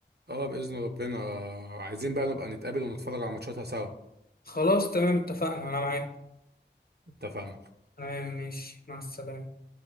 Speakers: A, on the right; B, on the left.
A: اه باذن ربنا عايزين بقى نبقى نتقابل ونتفرج على ماتشاتها سوا
B: خلاص تمام اتفقنا أنا معاك
A: اتفقنا
B: تمام ماشي مع السلامة